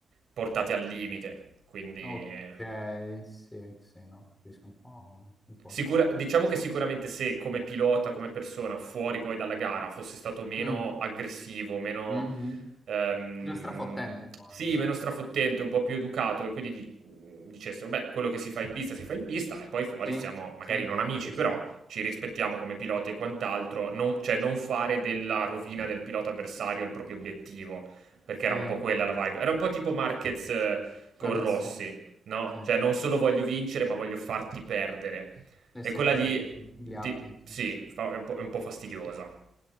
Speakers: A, on the right; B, on the left.
A: portate al limite, quindi...
B: Ok, sì, sì, no, capisco un po'. Un po'.
A: Sicura diciamo che sicuramente se come pilota, come persona, fuori poi dalla gara, fosse stato meno
B: Mm,
A: aggressivo, meno,
B: mhm.
A: ehm,
B: Uno strafottente un po'
A: sì,
B: anche, no?
A: meno strafottente, un po' più educato, e quindi di- mh, dicesse, vabbè, quello che si fa in pista si fa in pista, e poi fuori
B: Sì,
A: siamo magari
B: sì,
A: non amici,
B: giusto.
A: però ci rispettiamo come piloti e quant'altro, non- cioè non fare della rovina del pilota avversario il proprio obiettivo, perché
B: Sì,
A: era un po' quella la vibe. Era un po' tipo Marquez eh, con
B: bravissimo.
A: Rossi, no?
B: Sì,
A: Cioè non solo voglio vincere, ma voglio farti perdere.
B: sì,
A: E
B: sì,
A: quella
B: farti
A: lì,
B: più miliardi.
A: ti-
B: Sì.
A: sì, fa- è un po', è un po' fastidiosa.